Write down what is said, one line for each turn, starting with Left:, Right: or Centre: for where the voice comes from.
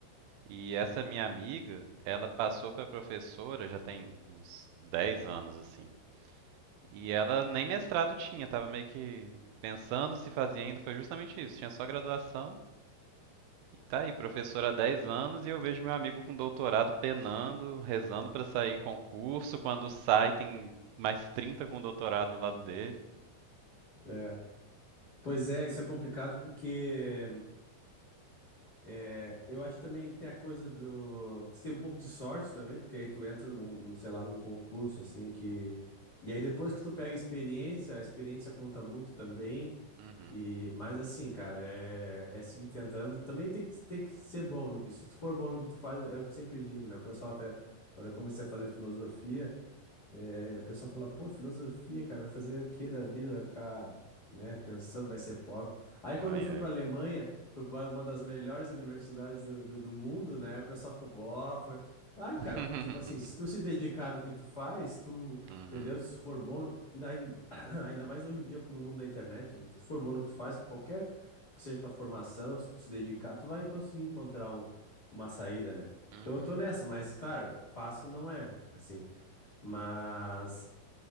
Right: E essa minha amiga, ela passou para professora já tem uns 10 anos assim. E ela nem mestrado tinha, tava meio que pensando se fazia ainda, foi justamente isso, tinha só graduação. E tá aí, professora há 10 anos e eu vejo meu amigo com doutorado penando, rezando para sair concurso, quando sai tem mais trinta com doutorado do lado dele.
Left: É. Pois é, isso é complicado porque É, eu acho que também tem a coisa do. Tu tem um pouco de sorte também, porque aí tu entra num, num, sei lá, num concurso assim que. E aí depois que tu pega a experiência, a experiência conta muito também.
Right: Uhum.
Left: E... Mas assim, cara, é, é seguir tentando. Também tem que, tem que ser bom no que. Se tu for bom no que tu faz, eu sempre digo, né? O pessoal até. Quando eu comecei a fazer filosofia. É, o pessoal fala, pô, filosofia, cara, vai fazer o que da vida? Vai ficar, né, pensando, vai ser pobre. Aí quando
Right: Ai,
Left: eu fui
Right: ai.
Left: pra Alemanha, foi pra uma das melhores universidades do, do, do mundo, né? O pessoal ficou, pô, foi. Claro,
Right: <laughs>
Left: cara, porque, tipo assim, se tu se dedicar no que tu faz, tu,
Right: Uhum.
Left: entendeu? Se tu for bom no que tu... Ainda, ainda <clears throat> ainda mais hoje em dia no mundo da internet, né? Se tu for bom no que tu faz, qualquer que seja tua formação, se tu se dedicar, tu vai conseguir encontrar um, uma saída, né?
Right: Uhum.
Left: Então eu tô nessa, mas, claro, fácil não é, assim. Mas,